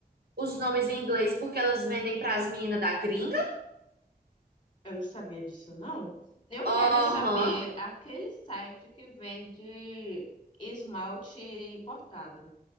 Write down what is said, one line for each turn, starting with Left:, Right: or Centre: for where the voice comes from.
Right: os nomes em inglês porque elas vendem pras meninas da gringa?
Left: Eu não sabia disso, não. Eu
Right: Aham.
Left: quero é saber aquele site que vende esmalte importado.